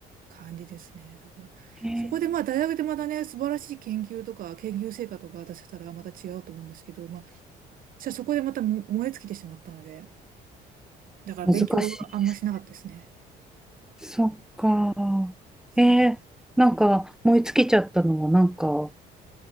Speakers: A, on the right (about 55°); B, in the centre.
A: 感じですね。だから、
B: えー
A: そこでまあ、大学でまたね、素晴らしい研究とか、研究成果とか出せたらまた違うと思うんですけど、じゃあそこでまたも燃え尽きてしまったので、だから勉強はあんましなかったですね。
B: 難しいです。そっか。
A: そう。
B: えーなんか燃え尽きちゃったのはなんか